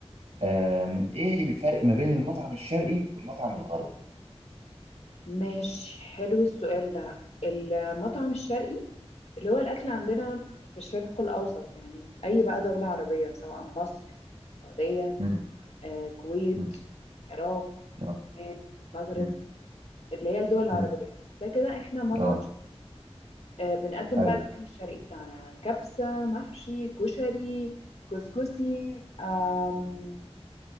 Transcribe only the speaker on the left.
ماشي حلو السؤال ده المطعم الشرقي اللي هو الأكل عندنا في الشرق الأوسط يعني أي بقى دولة عربية سواء مصر السعودية
آه، كويت
عراق
لبنان مغرب
اللي هي الدول العربية
ده كده احنا مطعم
شرقي. آه، بنقدم
بقى الأكل الشرقي بتاعنا كبسة محشي كشري كسكسي آم،